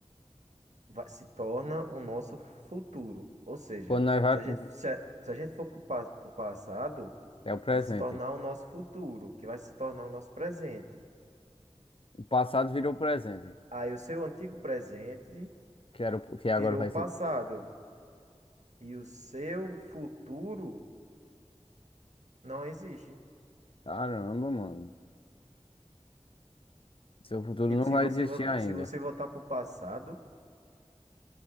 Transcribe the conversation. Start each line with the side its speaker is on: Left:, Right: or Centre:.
Right: vai- se torna o nosso futuro. Ou seja,
Left: Quando nós vai
Right: se a gente,
Left: pro...
Right: se a, se a gente for para o passado,
Left: É o presente.
Right: vai se tornar o nosso futuro, que vai se tornar o nosso presente.
Left: O passado virou presente.
Right: Aí o seu antigo presente
Left: Que era, o- que
Right: virou
Left: agora vai
Right: passado
Left: ser...
Right: e o seu futuro não existe.
Left: Caramba, mano. Seu futuro
Right: Tipo,
Left: não
Right: se
Left: vai
Right: você,
Left: existir
Right: vo-
Left: ainda.
Right: se você voltar pro passado,